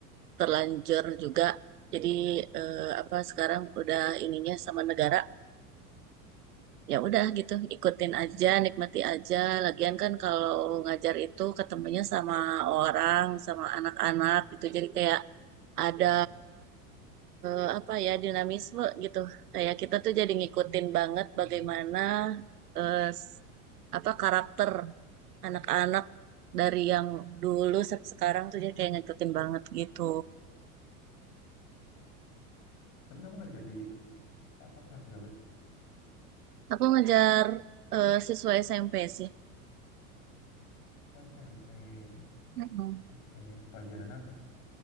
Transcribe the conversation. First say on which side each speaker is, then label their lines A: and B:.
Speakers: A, on the right (about 85°); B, on the left (about 70°).
A: terlanjur juga. Jadi eh, apa sekarang udah ininya sama negara ya udah gitu ikutin aja
B: Mm,
A: nikmati aja lagian kan kalau ngajar itu ketemunya sama orang sama anak-anak gitu jadi kayak ada
B: iya.
A: eh, apa ya dinamisme gitu kayak kita tuh jadi ngikutin banget bagaimana
B: Mm-mm.
A: eh, s- apa karakter anak-anak dari yang dulu sampai sekarang tuh jadi kayak ngikutin banget gitu
B: Tapi kamu ngajar di apa kelas berapa sih?
A: aku ngajar eh, siswa SMP sih
B: Oh SMP.
A: Mm-mm.
B: Oke, pelajaran apa?